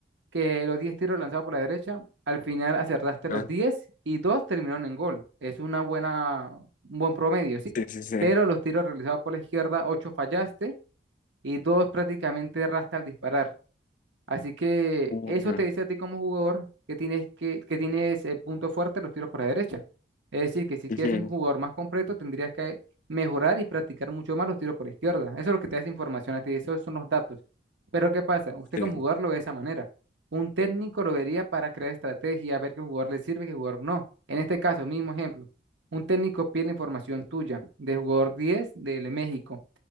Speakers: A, on the right; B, on the left.
A: que los 10 tiros lanzados por la derecha, al final acertaste los
B: ah,
A: 10 y dos terminaron en gol. Es una buena, un buen promedio, ¿sí?
B: sí, sí, sí,
A: Pero los tiros realizados por la izquierda, 8 fallaste y dos prácticamente erraste al disparar. Así que
B: ujú,
A: eso te dice a ti como jugador que tienes que, que tienes el punto fuerte, de los tiros por la derecha. Es decir, que si
B: ujú,
A: quieres ser un jugador más completo, tendrías que mejorar y practicar mucho más los tiros por la izquierda. Eso es lo que te da esa información a ti, esos son los datos. Pero ¿qué pasa? Usted
B: sí,
A: como jugador lo ve de esa manera. Un técnico lo vería para crear estrategia, ver qué jugador le sirve y qué jugador no. En este caso, mismo ejemplo, un técnico pide la información tuya del jugador 10 de México